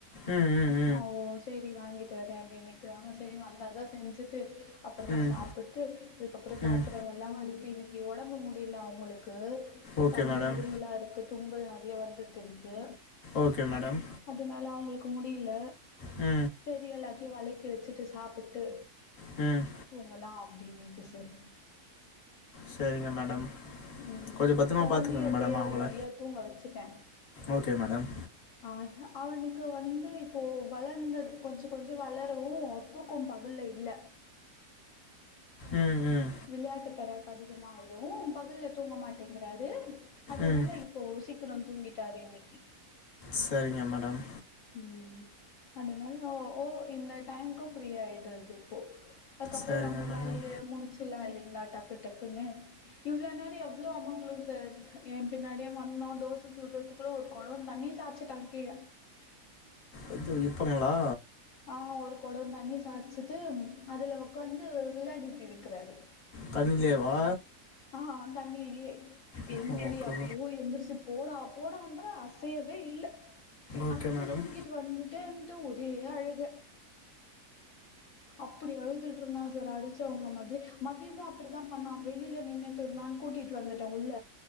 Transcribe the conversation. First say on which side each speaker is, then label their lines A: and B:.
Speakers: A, on the left (about 30°); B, on the left (about 65°).
A: ஆ ஆ ஆ
B: ஓ செரி வாங்கிட்டு வரேன் அப்டின்னு நிக்குறாங்க செரி வந்தா தா செஞ்சுட்டு அப்பறமா
A: ம்
B: சாப் புட்டு அதுக்கப்பறோ பாத்தரம்
A: ம்
B: எல்லாம் வருக்கி இன்னைக்கு ஒடம்பு முடியல அவங்களுக்கு
A: ஓகே
B: சளி
A: மேடம்
B: இரும்பல்லா இருக்கு தும்பல் நெறைய வந்துட்டு இருக்கு
A: ஓகே மேடம்
B: அதனால அவங்களுக்கு முடியல
A: ஆ
B: சேரி எல்லாத்தையும் வெலக்கி வச்சுட்டு சாப்புட்டு
A: ம்
B: தூங்கலா அப்டின்னுட்டு சார்
A: செரிங்க மேடம்
B: ம்
A: கொஞ்சம் பத்திரமா
B: கொழந்தைய
A: பார்த்துக்கோங்க
B: எப்டியோ
A: மேடம் அவங்கள
B: ஒரு வழியா தூங்க வச்சுட்டே
A: ஓகே மேடம்
B: அதா அவனுக்கு வந்து இப்போ வளந்தது கொஞ்சம் கொஞ்சம் வளரவும் தூக் க்கோ பகல்ல இல்ல
A: ம் ம்
B: விளையாட்டு பறக்கு அதிகமா ஆயிடும் பகல்ல தூங்க மாட்டேங்கறாரு அதனால
A: ம்
B: இப் ப்போ சீக்கிரம் தூங்கிட்டாரு இன்னைக்கு
A: சரிங்க மேடம்
B: ம் அதனால ஓ இந்த டைமுக்கு ஃப்ரீ ஆயிடுறது இப்போ அதுக்கப்புறோ
A: சரிங்க
B: நம்ம
A: மேடம்
B: வேலய முடிச்சுலா இல்லங்களா டக்கு டக்குன்னு இவ்வளோ நேரோ எவ்ளோ அமக்கலோ சார் ஏ பின்னாடியே வந்தா தோச சுட்ரதுக்கு குள்ள ஒரு குடோ தண்ணி சாச்சிட்டா கீழ
A: ஐயோ இப்போங்களா
B: ஆ ஒரு குடோ தண்ணி சாச்சுட்டு அதுல உக்காந்து விளையாடிட்டு இருக்கிறாரு
A: கண்ணுன்லேவா
B: ஆ தண்ணீல்யே
A: ஓகே
B: எந்திரி அப்பு எந்திர்ச்சு போடா போடான் ற அசையவே இல்ல
A: ஓகே
B: அங்கந்து
A: மேடம்
B: தூக்கிட்டு வந்துட்டேன்ட்டு ஒரே அழுக அப்புடி அழுதுட்ருந்தா சார் அடிச்சவங்க மதி மத்யமு அப்டிதா பண்ணா வெளில நின்னுட் இருந்தான் கூட்டிட் வந்துட்டா உள்ள